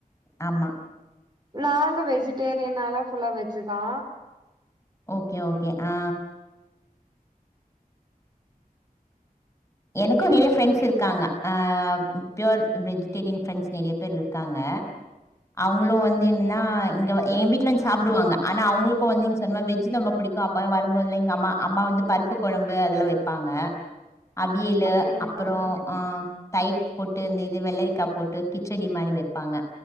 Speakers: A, on the left; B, on the right.
A: ஆமா
B: நாங்க வெஜிடேரியனாலா ஃபுல்லா வெஜு தா
A: ஓகே ஓகே ஆ எனக்கு நெறைய ஃப்ரெண்ட்ஸ் இருக்காங்க ஆ பியூர் வெஜிடேரியன் ஃப்ரெண்ட்ஸ் நெறைய பேர் ருக்காங்க அவுங்களு வந்து என்னானா இங்கவ ஏ வீட்ல வந் சாப்டுவாங்க ஆனா அவுங்களுக்கு வந்துங் நீங் சொன்ன மாரி வெஜ் ரொம்ப புடிக்கும் கா அப்றம் வரும்போதுல்லங் எங்க அம்மா அம்மா வந்து பருப்பு கொழம்பு அதெல்லா வெப்பாங்க அவியலு
B: அப்டிங்களா
A: அப்ரோ ஆ தயிர் போட்டு இந்த இது வெள்ளரிக்கா போட்டு கிச்சடி மாரி வெப்பாங்க